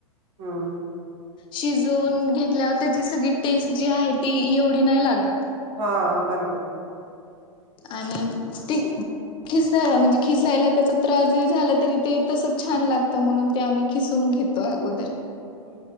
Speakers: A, on the right; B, on the left.
A: हम्म
B: शिजवून घेतल्यावर त्याची सगळी टेस्ट जी आहे ती एवढी नाही लागत.
A: हा बरोबर. <inaudible>
B: आणि ती किसायला म्हणजे किसायला त्याचा त्रास जो झाला तरी ते तसच छान लागतं म्हणून ते आम्ही किसून घेतोय अगोदर.
A: आहे